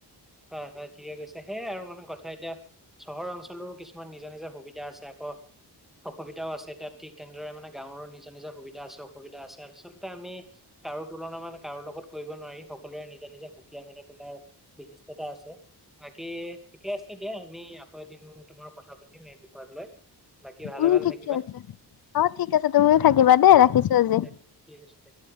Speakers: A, in the centre; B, on the left.
A: হয়, হয় ঠিকে কৈছে সেইয়াই আৰু মানে কথা। এতিয়া চহৰ অঞ্চলৰো কিছুমান নিজা নিজা সুবিধা আছে আকৌ অসুবিধাও আছে এতিাত ঠিক তেনেদৰে মানে গাঁৱৰো নিজৰ নিজৰ সুবিধা আছে অসুবিধা আছে। আচলতে আমি কাৰো তুলনা মানে কাৰো লগত কৰিব নোৱাৰি সকলোৰে নিজা নিজে সুকীয়া মানে তোমাৰ বিশি আছে বাকী ঠিকে আছে দিয়া আমি আকৌ এদিন তোমাৰ কথা পাতিম এই বিষয়ত লৈ। বাকী ভালে
B: উম,
A: ভালে
B: ঠিকে
A: থাকিবা
B: আছে অ' ঠিক আছে তুমিও থাকিবা দেই ৰাখিছো আজি।
A: দে ঠিক আছে দিয়া।